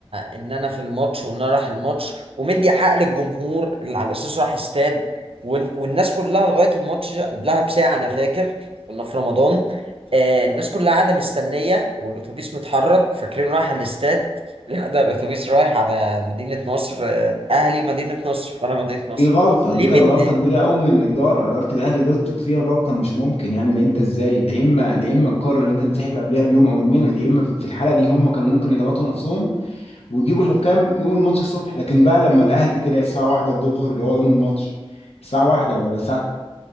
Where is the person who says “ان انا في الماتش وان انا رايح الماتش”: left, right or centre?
Right